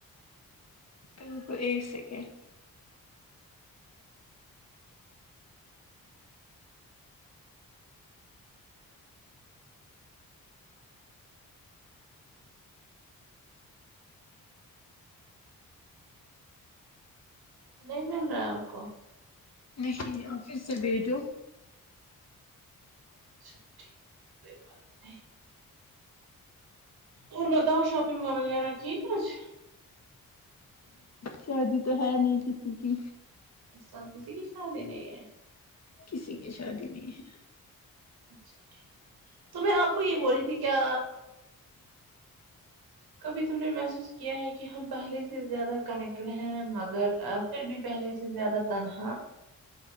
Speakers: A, on the left; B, on the right.
A: ب کو <unintelligible> ایک سیکنڈ
B: نہیں مل رہا ہے آپ کو
A: نہیں آفس سے بھیجو
B: اچھا ٹھیک کوئی بات نہیں اور بتاؤ شاپنگ وغیرہ کی کچھ
A: شادی تو ہے نہیں کسی کی
B: اس سال کسی کی شادی نہیں ہے
A: کسی کی شادی نہیں ہے
B: اچھا ٹھیک تو میں آپ کو یہ بول رہی تھی کیا کبھی تم نے محسوس کیا ہے کہ ہم پہلے سے زیادہ کنیکٹیڈ ہیں مگر پھر بھی پہلے سے زیادہ تنہا